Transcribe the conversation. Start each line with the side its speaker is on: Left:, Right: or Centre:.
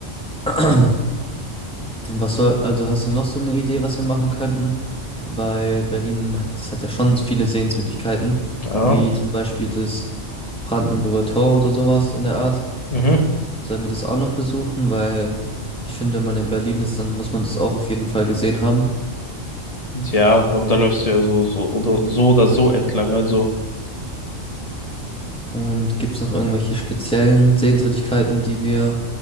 Centre: <clears throat> Was soll, also hast du noch so eine Idee, was wir machen könnten? Weil Berlin hat, das hat ja schon viele Sehenswürdigkeiten,
Left: Ja.
Centre: wie zum Beispiel das Brandenburger Tor oder sowas in der Art.
Left: Mhm.
Centre: Sollen wir das auch noch besuchen? Weil ich finde, wenn man in Berlin ist, dann muss man das auch auf jeden Fall gesehen haben.
Left: Ja, aber da läufst du ja so, so oder so oder so entlang. Also,
Centre: Und gibt es noch irgendwelche speziellen Sehenswürdigkeiten, die wir